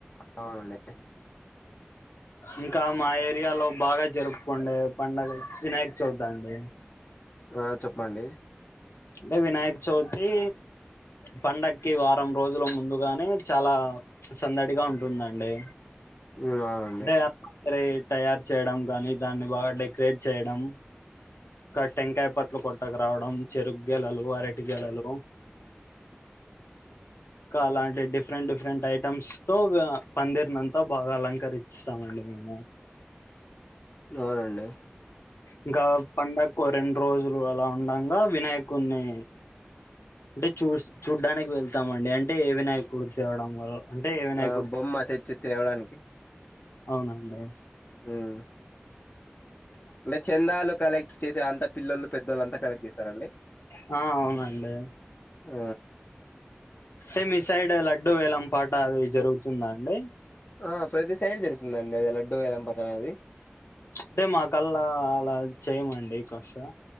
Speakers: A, on the left; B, on the left.
A: అవునండి
B: ఇంకా మా ఏరియాలో బాగా జర్పుకోండే పండుగ వినాయక చవితండి
A: ఆహ్ చెప్పండి
B: అంటే వినాయక చవితి పండగక్కి వారం రోజుల ముందుగానే చాలా సందడిగా ఉంటుందండి
A: ఉమ్ అవున
B: అంటే ఆ పందిరి తయారు చేయడం కానీ దాన్ని బాగా డెక్రేట్ చేయడం ఇంకా టెంకాయ పట్లు కొట్టక రావడం చెరుకు గేలలు అర్టి గెలలు ఇంకా అలాంటి డిఫరెంట్ డిఫరెంట్ ఐటెమ్స్ తో పందిరిని అంతా బాగా అలంకరిచి స్తాం అండి మేము
A: ఎవరండీ
B: ఇంకా పండక్కు రెండు రోజులు అలా ఉండగా వినాయకుని అంటే చూ చూడ్డానికి వెళ్తామండి అంటే ఏ వినాయకుడు తేవడం వల్ల అంటే వినాయకుడు
A: ఆ బొమ్మ తెచ్చి తేవడానికి
B: అవునండి
A: ఉమ్ అంటే చందాలు కలెక్ట్ చేసే అంత పిల్లలు పెద్దవాళ్ళు అంతా కలెక్ట్ చేస్తారండి
B: హ అవునండి
A: ఆ
B: సేమ్ ఈ సైడ్ లడ్డూ వేలం పాట అది జరుగుతుందా అండి
A: ఆ ప్రతి సైడ్ జరుతుందండి అది లడ్డు వెలం పాట అనేది
B: అంటే మాకల్లా అలా చేయమండి కస